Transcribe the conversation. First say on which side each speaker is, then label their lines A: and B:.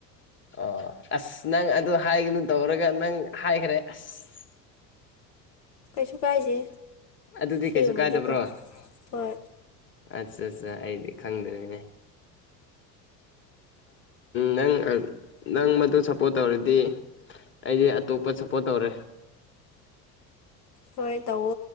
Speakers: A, on the left; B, on the left.
A: ꯑꯣ ꯑꯁ ꯅꯪ ꯑꯗꯨ ꯍꯥꯏꯒꯅꯨ ꯇꯧꯔꯒ ꯅꯪ ꯍꯥꯏꯈ꯭ꯔꯦ ꯑꯁ <unintelligible>
B: ꯀꯩꯁꯨ ꯀꯥꯏꯁꯦ
A: ꯑꯗꯨꯗꯤ
B: ꯁꯤꯒꯨꯝꯕꯗꯤꯀꯣ
A: ꯀꯩꯁꯨ ꯀꯥꯏꯗꯕ꯭ꯔꯣ
B: ꯍꯣꯏ
A: ꯑꯠꯆꯥ ꯑꯩꯗꯤ ꯈꯪꯗꯔꯤꯅꯦ ꯅꯪ ꯅꯪ ꯃꯗꯨ ꯁꯞꯄꯣꯔꯠ ꯇꯧꯔꯗꯤ ꯑꯩꯗꯤ ꯑꯇꯣꯞꯄ ꯁꯞꯄꯣꯔꯠ ꯇꯧꯔꯦ <unintelligible>
B: ꯍꯣꯏ ꯇꯧꯑꯣ